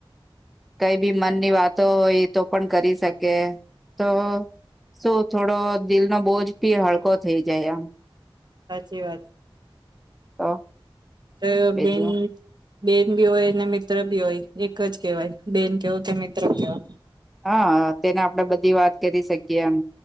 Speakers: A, in the centre; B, on the right (about 50°).
A: કઈ બી મન ની વાતો હોય તો પણ કરી શકે તો શું થોડો દિલ નો બોજ પી હળકો થઈ જાય.
B: સાચી વાત.
A: તો.
B: એ
A: બીજું
B: બેન બેન બી હોય અને મિત્ર બી હોય એક જ કેહેવાય બેન કેહવો કે મિત્ર કેવો.
A: હા તેને આપણેે બધી વાત કરી શકીએ એમ